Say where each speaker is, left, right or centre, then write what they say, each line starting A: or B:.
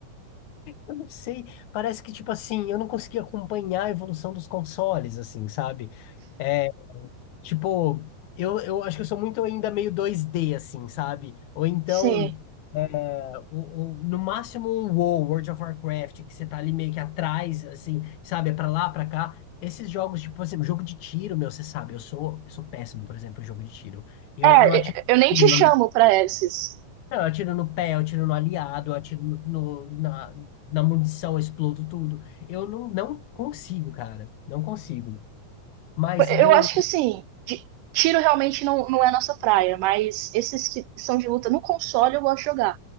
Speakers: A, on the left; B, on the right.
A: Eu não sei, parece que, tipo assim, eu não consegui acompanhar a evolução dos consoles, assim, sabe? É, tipo, eu, eu acho que eu sou muito ainda meio 2D, assim, sabe? Ou então,
B: Sim.
A: é, o, o- no máximo um WoW, World of Warcraft, que você tá ali meio que atrás, assim, sabe? É pra lá, pra cá. Esses jogos, tipo, por exemplo, jogo de tiro, meu, você sabe, eu sou, eu sou péssimo, por exemplo, em jogo de tiro. Eu,
B: É,
A: eu atiro
B: eu nem
A: em
B: te
A: cima,
B: chamo pra esses.
A: não, eu atiro no pé, eu atiro no aliado, eu atiro no, no- na, na munição, eu explodo tudo. Eu não, não consigo, cara. Não consigo. Mas do,
B: Eu acho que assim, de- tiro realmente não, não é a nossa praia, mas esses que são de luta no console eu gosto de jogar.